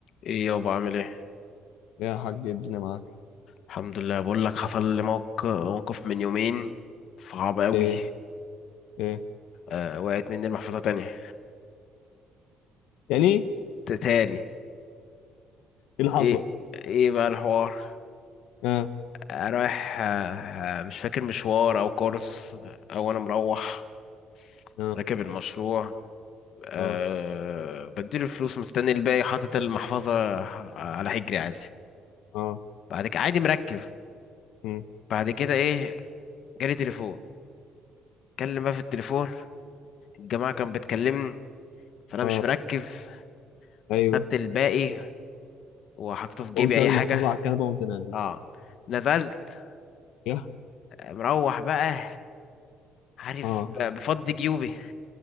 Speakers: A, on the left; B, on the left.
A: ايه يابا عامل ايه
B: يا حاج الدنيا معاك
A: الحمد لله بقول لك حصل لي موقف موقف من يومين صعب قوي
B: ايه ايه
A: آه وقعت مني المحفظه تانية
B: يعني ايه إيه
A: ت- تاني
B: اللي حصل
A: ايه ايه بقى الحوار
B: اه
A: آه، رايح آه آه، مش فاكر مشوار او كورس او انا مروح
B: اه
A: راكب المشروع آه
B: اه
A: بديله الفلوس مستني الباقي حاطط المحفظه على حجري عادي
B: اه
A: بعد كده عادي مركز
B: أمم،
A: بعد كده ايه جالي تليفون اتكلم بقى في التليفون الجماعه كانت بتكلمني فانا
B: اه
A: مش مركز
B: ايوه
A: خدت الباقي وحطيته في جيبي
B: قمت سايب
A: اي حاجه
B: المحفظه على الكنبه وقمت نازل
A: اه نزلت
B: يا
A: مروح بقى عارف
B: اه
A: ب- بفضي جيوبي